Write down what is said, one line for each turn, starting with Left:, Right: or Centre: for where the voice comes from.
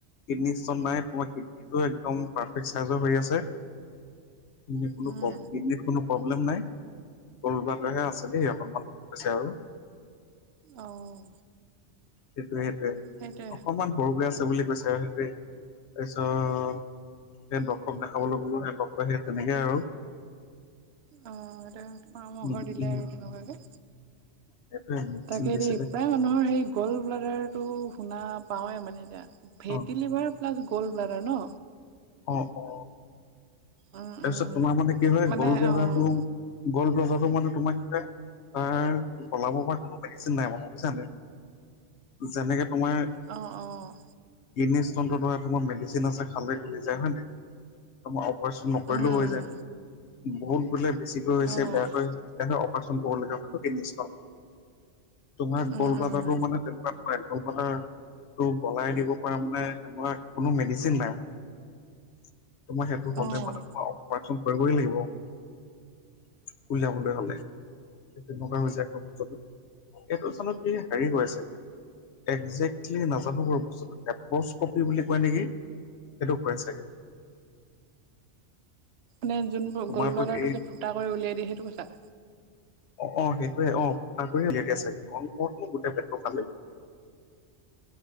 Left: কিডনী ষ্টন নাই তোমাৰ কিডনীটো একদম পাৰফেক্ট চাইজৰ হৈ আছে <unintelligible> বোলো
Right: উম,
Left: কিডনী কোনো প্ৰব্লেম নাই <unintelligible> আছে দেই অকনমান কৈছে আৰু
Right: অ
Left: সেইটোয়ে সেইটোয়ে
Right: সেইটোৱে
Left: অকণমান সৰু বুলি আছে বুলি কৈছে আৰু সেইটোৱে তাৰপিছত দেন ডক্তৰক দেখাবলৈ গ'লো সেই ডক্তৰ সে তেনেকে আৰু
Right: অ তেওঁ পৰামৰ্শ
Left: উম
Right: দিলে
Left: উম
Right: আৰু তেনেকুৱাকে
Left: সেইটোৱে মেডিচিন
Right: তাকে
Left: দিছিলে
Right: দেই প্ৰায় মানুহৰ সেই গোল ব্লাডাৰটো শুনা পাওঁৱে মানে এতিয়া fatty
Left: অ
Right: liver plus gall bladder ন
Left: অ অ
Right: উম,
Left: তাৰপিছত
Right: উম,
Left: তোমাৰ মানে কি হয়
Right: মানে
Left: গ'ল ব্লডাৰটো
Right: অ',
Left: গ'ল ব্লডাৰটো মানে তোমাৰ কি হয় তাৰ গলাব পা কোনো মেডিচিন নাই বুজিছা নে যেনেকে তোমাৰ
Right: অ অ
Left: কিডনী ষ্টোনটো ধৰা তোমাৰ মেডিচিন আছে খালে গলি যায় হয় নে তোমাৰ অপাৰেশ্যন কৰিলেও
Right: উম, উম,
Left: হৈ যায় বহুত বোলে বেছিকৈ হৈছে
Right: অ',
Left: বেয়াকৈ হৈছে তেতিয়াহে অপাৰেচন কৰিব লগা হয়তটো কিডনী ষ্টোন তোমাৰ
Right: উম,
Left: গল ব্লাডাৰটো
Right: উম,
Left: মানে তেনেকুৱা নহয় আৰু গল ব্লাডাৰটো গলাই দিব পৰা মানো কোনো মেডিচিন নাই <inaudible> তোমাৰ সেইটো হলে
Right: অ',
Left: মানে তোমাৰ অপাৰেচন কৰিবই লাগিব উলিয়াবলৈ হলে তেনেকুৱা হৈছে অ অ এইটো স্থানত কি হেৰি হৈ আছে এতিয়া একজেক্টলি নাজানো বাৰু বস্তু লেপস্কপি বুলি কয় নেকি সেইটো কৰে চাগে
Right: মানে যোনবোৰ
Left: তোমাৰতো
Right: গল ব্লাডাৰটো
Left: এই
Right: যে ফুটা কৰি উলিয়াই দিয়ে সেইটো কৈছা
Left: অ অ সেইটোৱে অ ফুটা কৰি উলিয়াই দিয়ে চাগে নহলে কত ন গোটেই পেটটো ফালে